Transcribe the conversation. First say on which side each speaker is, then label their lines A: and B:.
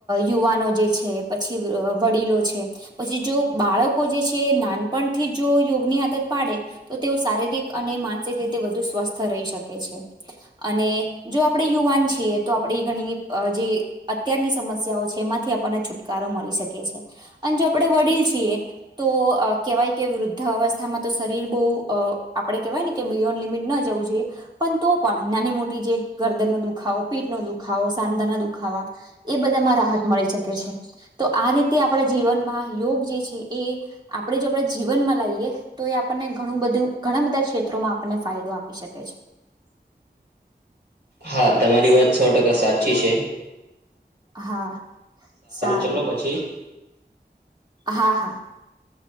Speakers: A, on the right (about 25°); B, on the right (about 70°).
A: યુવાનો જે છે, પછી વડીલો છે. પછી જો બાળકો જે છે, નાનપણથી જો યોગની આદત પાડે. તો તેઓ શારીરિક અને માનસિક રીતે વધુ સ્વસ્થ રહી શકે છે. અને જો આપણે યુવાન છીએ, તો આપણે ઘણી જે અત્યારની સમસ્યાઓ છે, એમાંથી આપણને છુટકારો મળી શકે છે. અને જો આપણેે વડીલ છીએ, તો કેવાય. કે વૃદ્ધ અવસ્થામાં તો શરીર બહુ, આપડે કેહેવાય ને કે, બિયોન્ડ લિમિટ ન જવું જોઈએ. પણ તો પણ નાની-મોટી, જે ગરદન નો દુખાવો, પીટ નો દુખાવો, સાંધાના દુખાવા. એ બધામાં રાહત મળી શકે છે. તો આ રીતે આપણા જીવનમાં યોગ જે છે એ આપણે જો આપણે જીવનમાં લઈએ તો એ આપણને ઘણું બધું ઘણા બધા ક્ષેત્રોમાં આપણને ફાયદો આપી શકે છે
B: હા તમારી વાત સો ટકા સાચી છે
A: હા સારું
B: ચલો પછી
A: હા હા